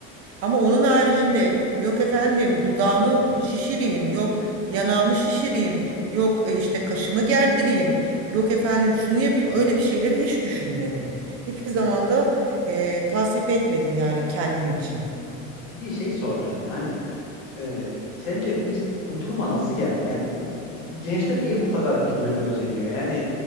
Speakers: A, on the right; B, on the left.
A: Ama onun haricinde yok efendim dudağımı şişireyim, yok yanağımı şişireyim, yok e, işte kaşımı gerdireyim, yok efendim şunu yapayım öyle bir şeyleri hiç düşünmedim. Hiçbir zaman da e, tasvip etmedim yani kendim için.
B: Peki şey soracağım yani e, sence biz bu duruma nasıl geldik yani bu bu gençler niye bu kadar birbirine özeniyor yani